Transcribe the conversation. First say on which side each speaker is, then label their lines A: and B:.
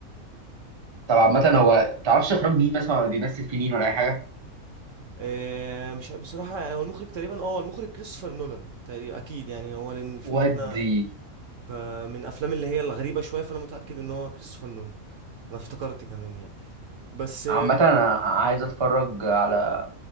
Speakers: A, on the right (about 25°); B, on the right (about 65°).
A: طب عامه هو تعرفش اخراج مين مثلا ولا بيمثل في مين ولا اي حاجه
B: إيه مش ع- بصراحه هو المخرج تقريبا اه المخرج كريستوفر نولان تقريبا اكيد يعني هو لان الفيلم
A: ودي
B: ده انا فمن افلام اللي هي الغريبه شويه فانا متاكد ان هو كريستوفر نولان انا افتكرت كمان يعني بس
A: عامه انا عايز اتفرج على